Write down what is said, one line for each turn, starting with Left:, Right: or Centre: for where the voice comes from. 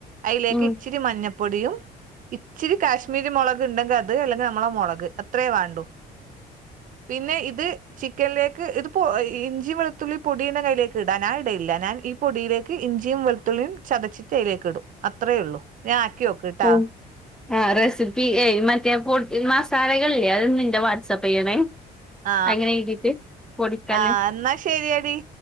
Right: അയിലേക്ക്
Centre: ഉം
Right: ഇച്ചിരി മഞ്ഞ പൊടിയും ഇച്ചിരി കാശ്മീരി മുളക് ഉണ്ടെങ്കിൽ അത് അല്ലെങ്കിൽ നമ്മളെ മുളക് അത്രയേ വേണ്ടുന്നേ. പിന്നെ ഇത് ചിക്കനിലേക്ക് ഇത്പ്പോ ഇഞ്ചി വെളുത്തുള്ളി പോത്തിനയ്യിലേക്ക്ഇടാ ഞാ ഇടലില്ല ഞാൻ ഈ പൊടിയിലേക്ക് ഇഞ്ചിയും വെ ത്തിയും ചതച്ചിട്ട് അലേക്ക് ഇടും അത്രയേ ഉള്ളൂ ഞാൻ ആക്കിക്കട്ടാ
Centre: ഉം ആഹ് റെസിപ്പി ഏ മറ്റേ പൊട് മസാലകളില്ലേ അതൊന്നെന്റെ വാട്സപ്പ് ചെയ്യണേ
Right: ആ
Centre: അങ്ങനെ എഴുതിട്ട് പൊടിക്കാന്
Right: ആ എന്നാ ശരിയടി